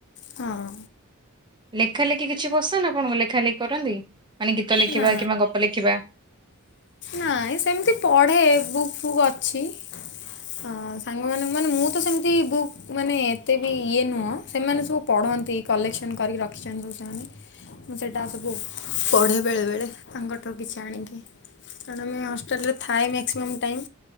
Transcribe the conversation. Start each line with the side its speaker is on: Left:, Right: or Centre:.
Left: ହଁ।
Right: ଲେଖା ଲେଖି କିଛି ପସନ୍ଦ ଆପଣଙ୍କୁ ଲେଖା ଲେଖି କରନ୍ତି ମାନେ ଗୀତ ଲେଖିବା
Left: ନା
Right: କିମ୍ବା ଗପ ଲେଖିବା?
Left: ନାଇଁ ସେମିତି ପଢେ ବୁକ୍ ଫୁକ୍ ଅଛି। ହଁ ସାଙ୍ଗମାନେ ମାନେ ମୁଁ ତ ସେମିତି ବୁକ୍ ମାନେ ଏତେ ବି ଇଏ ନୁହଁ ସେମାନେ ସବୁ ପଢନ୍ତି। କଲେକ୍ସନ୍ କରିକି ରଖିଛନ୍ତି ସବୁ ସାଙ୍ଗମାନେ ମୁଁ ସେଇଟା ସବୁ ପଢ଼େ। ବେଳେବେେଳେ ତାଙ୍କଠାରୁ କିଛି ଆଣିକି। କାରଣ ମୁଁ ହଷ୍ଟେଲ୍ ରେ ଥାଏ ମେକ୍ସିମମ୍ ଟାଇମ୍।